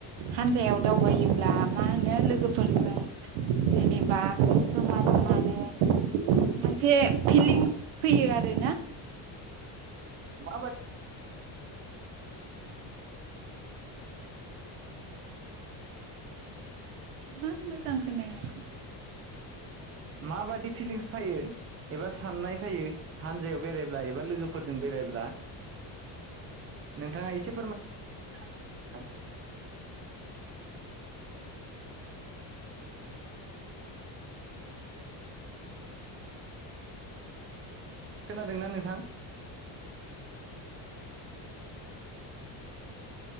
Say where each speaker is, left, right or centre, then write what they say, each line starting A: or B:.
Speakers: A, on the right; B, on the right.
A: हानजायाव दावबायोब्ला मा होनो लोगोफोरजों जेनेबा समाज मानो मोनसे फिलिंस फैयो आरोना
B: मा बाद-
A: मा मोजां खोनाया।
B: माबादि फिलिंस फायो? एबा साननाय फायो हानजायाव बेरायब्ला एबा लोगोफोरजों बेरायब्ला नोंथाङा एसे फोरमाय <unintelligible> खोनादोंना नोंथां?